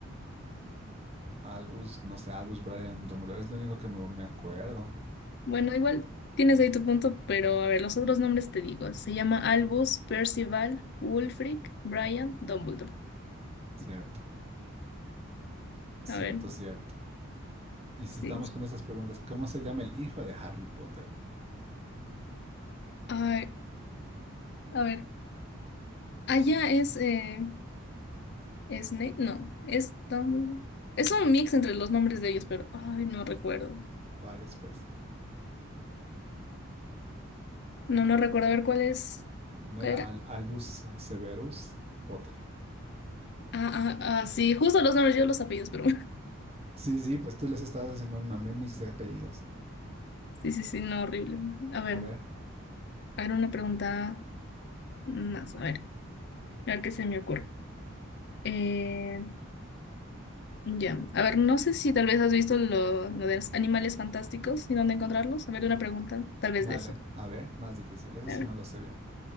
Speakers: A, on the right; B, on the left.
A: Albus, no sé, Albus Brian Dumbledore es lo único que me, me acuerdo.
B: Bueno, igual tienes ahí tu punto, pero a ver, los otros nombres te digo. Se llama Albus, Percival, Wulfric, Brian, Dumbledore.
A: Cierto, cierto,
B: A ver,
A: cierto. Y si
B: sí.
A: estamos con esas preguntas, ¿cómo se llama el hijo de Harry Potter?
B: Ay, a ver, allá es eh, Snape, no, es Dumbledore. Es un mix entre los nombres de ellos, pero ay, no recuerdo.
A: ¿Cuál es, pues?
B: No, no recuerdo. A ver, ¿cuál es?
A: ¿No
B: ¿Cuál
A: era
B: era?
A: Al- Albus Severus Potter?
B: Ah, ah, ah, sí, justo los nombres, yo los apellidos, pero
A: Sí, sí, pues tú les estabas haciendo un mame mix de apellidos.
B: <laughs> sí, sí, sí, no, horrible. A ver,
A: A ver,
B: a ver, una pregunta más, a ver, a ver qué se me ocurre. Eh, Ya. A ver, no sé si tal vez has visto lo, lo de los animales fantásticos y dónde encontrarlos. A ver, una pregunta, tal vez
A: Vale,
B: de eso.
A: a ver, más difícil. Eso
B: A
A: sí
B: ver,
A: no lo sé bien.